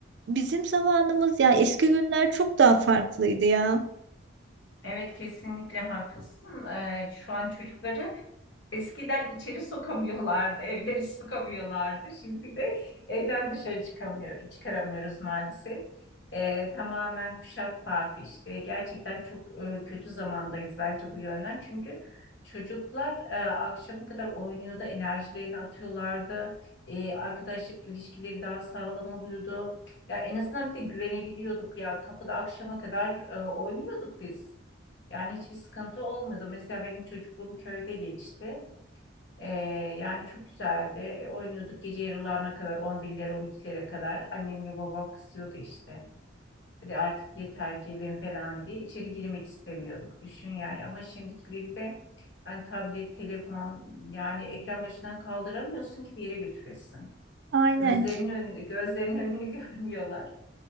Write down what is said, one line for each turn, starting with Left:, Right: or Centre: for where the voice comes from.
Right: bizim zamanımız yani eski günler çok daha farklıydı ya
Left: Evet kesinlikle haklısın. Ee, şu an çocukları Eskiden içeri sokamıyorlardı, <laughs> evleri sokamıyorlardı. Şimdi de evden dışarı çıkamıyoruz, çıkaramıyoruz maalesef. Ee, tamamen kuşak farkı işte. Gerçekten çok e, kötü zamandayız bence bu yönden. Çünkü çocuklar e, akşama kadar oynuyordu, enerjilerini atıyorlardı. E, arkadaşlık ilişkileri daha sağlam oluyordu. Ya en azından bir de güvenebiliyorduk ya. Kapıda akşama kadar e, oynuyorduk biz. Yani hiçbir sıkıntı olmuyordu. Mesela benim çocukluğum köyde geçti. Ee, yani çok güzeldi. E, Oynuyorduk gece yarılarına kadar, 11'lere, 12'lere kadar. Annemle babam kızıyordu işte. Hadi artık yeter gelin falan diye. İçeri girmek istemiyorduk. Düşün yani. Ama şimdikileri de yani tablet, telefon yani ekran başından kaldıramıyorsun ki bir yere götüresin.
Right: aynen.
Left: Gözlerinin önünü, gözlerinin önünü <laughs> görmüyorlar.